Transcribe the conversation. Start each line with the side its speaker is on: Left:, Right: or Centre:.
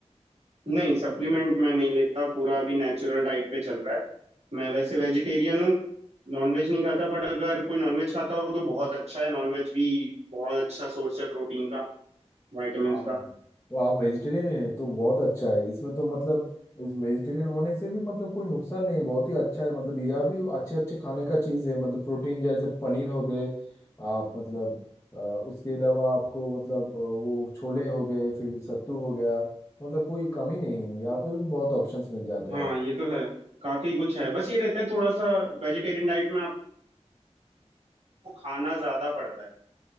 Right: नहीं सप्लीमेंट मैं नहीं लेता पूरा अभी नेचुरल डाइट पे चल रहा है मैं वैसे वेजिटेरियन हूँ नॉनवेज नहीं खाता बट अगर कोई नॉनवेज खाता हो तो बहुत अच्छा है नॉनवेज भी बहुत अच्छा सोर्स है प्रोटीन का विटामिन्स
Left: हाँ
Right: का
Left: वो आप वेजिटेरियन है तो बहुत अच्छा है इसमें तो मतलब इस वेजिटेरियन होने से भी मतलब कोई नुकसान नहीं है बहुत ही अच्छा है मतलब यह भी अच्छे अच्छे खाने का चीज है मतलब प्रोटीन जैसे पनीर हो गए आप मतलब अ, उसके अलावा आपको मतलब अ, वो छोले हो गए फिर सत्तू हो गया मतलब कोई कमी नहीं है यहाँ पे भी बहुत ऑप्शंस मिल जाते हैं
Right: हाँ
Left: आप
Right: ये तो है काफी कुछ है बस ये रहता है थोड़ा सा वेजिटेरियन डाइट में आपको खाना ज्यादा पड़ता है